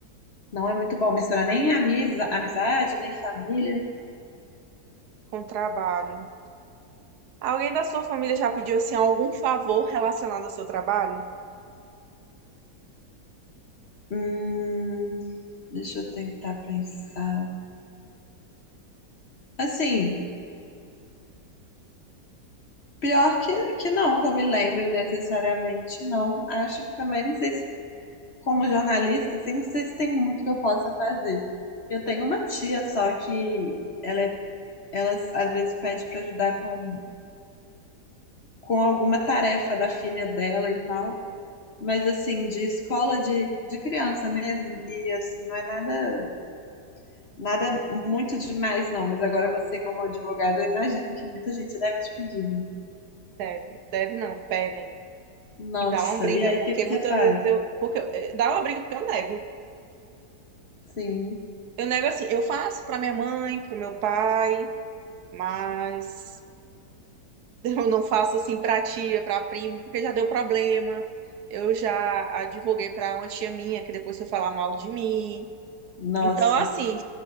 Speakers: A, on the left; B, on the right.
A: não é muito bom misturar nem amisa, amizade, nem família.
B: com trabalho. Alguém da sua família já pediu assim algum favor relacionado ao seu trabalho?
A: Hum, deixa eu tentar pensar. Assim, pior que, que não, que eu me lembre necessariamente, não. Acho que também, não sei se, como jornalista, assim, não sei se tem muito que eu possa fazer. Eu tenho uma tia só que ela é ela às vezes pede para ajudar com com alguma tarefa da filha dela e tal. Mas assim, de escola de, de criança mesmo, e assim, não é nada nada muito demais, não. Mas agora você, como advogado, eu imagino que muita gente deve te pedir, né?
B: Deve, deve não, pedem.
A: Nossa,
B: E dá uma briga,
A: e aí
B: porque
A: o que que você
B: muitas
A: faz?
B: vezes eu, porque eu- eh, dá uma briga porque eu nego.
A: Sim,
B: Eu nego assim, eu faço para minha mãe, para o meu pai, mas <laughs> eu não faço assim para tia, para primo, porque já deu problema. Eu já advoguei para uma tia minha que depois foi falar mal de mim.
A: nossa.
B: Então, assim,